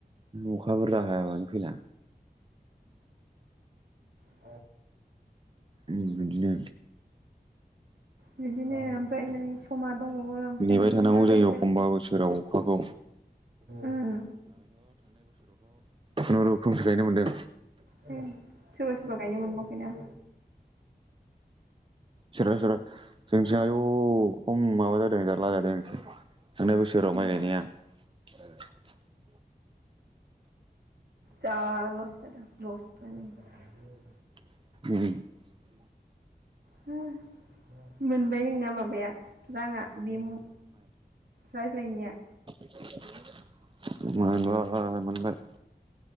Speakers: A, on the right; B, on the right.
A: अखा बुरजा हायाबानो फैला।
B: उम।
A: उम बिदिनो
B: बिदिनो ओमफ्राय नै समा दंबावो ओमफ्राय
A: नेबाय
B: मा
A: थानांगौ
B: मा
A: जायो
B: रायज्लायनो
A: एखमबा बोसोराव अखाखौ
B: उम।
A: खुनुुरुखोमसो गायनो मोन्दों।
B: सोरबा सोरबा गायनो मोनबावाखै ना।
A: सोरबा सोरबा जोंनिथिं आयु खम माबा जादो। <unintelligible> थांनाय बोसोराव
B: उम
A: माइ गायनाया <unintelligible>
B: जा लस जादों लस माने।
A: <unintelligible>
B: हम मोनबाय नोंना माबाया राङा बे मु रायज्लायनाया
A: । <unintelligible> मोनबाया मोनबाय‌ <unintelligible>